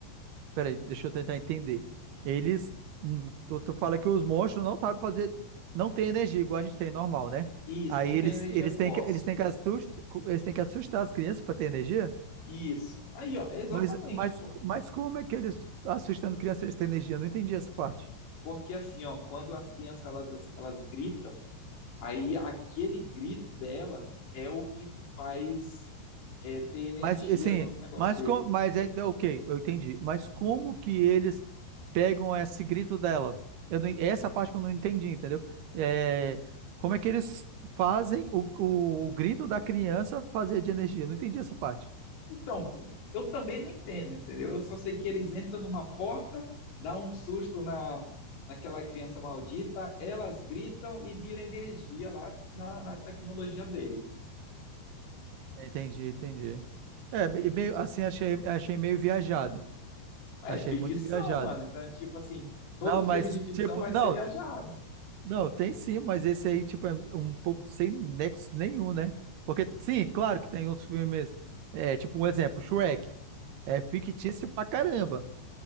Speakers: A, on the right; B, on the left.
A: Peraí, deixa eu tentar entender. Eles. hum, Tu, tu fala que os monstros não sabem fazer. Não tem energia igual a gente tem normal, né?
B: Isso,
A: Aí
B: não
A: eles,
B: tem energia
A: eles
B: fóssil.
A: têm que, eles têm que assustar, eles têm que assustar as crianças para ter energia?
B: Isso. Aí, ó, é exatamente,
A: Mas, mas,
B: pô.
A: mas como é que eles, assustando crianças, eles têm energia? Eu não entendi essa parte.
B: Porque assim, ó, quando as crianças elas, elas gritam, Aí aquele grito dela é o que faz é, ter energia
A: Mas assim,
B: nos negócios
A: mas
B: dele.
A: co- mas é é ok, eu entendi. Mas como que eles pegam esse grito dela? Eu não- essa parte que eu não entendi, entendeu? É, como é que eles fazem o, o, o grito da criança fazer de energia? Eu não entendi essa parte.
B: Então, pô, eu também não entendo, entendeu? Eu só sei que eles entram numa porta, dá um susto na naquela criança maldita, elas gritam e vira energia lá na, na tecnologia deles.
A: Entendi, entendi. É, me-
B: entendeu?
A: meio assim, achei, achei meio viajado.
B: É
A: Achei
B: ficção,
A: muito viajado.
B: mano. Então, tipo assim, todo
A: Não,
B: filme
A: mas
B: de ficção
A: tipo,
B: vai
A: não,
B: ser viajado.
A: Não, tem sim, mas esse aí, tipo, é um pouco sem nexo nenhum, né? Porque, sim, claro que tem uns filmes, é, tipo, um exemplo, Shrek. É fictício pra caramba.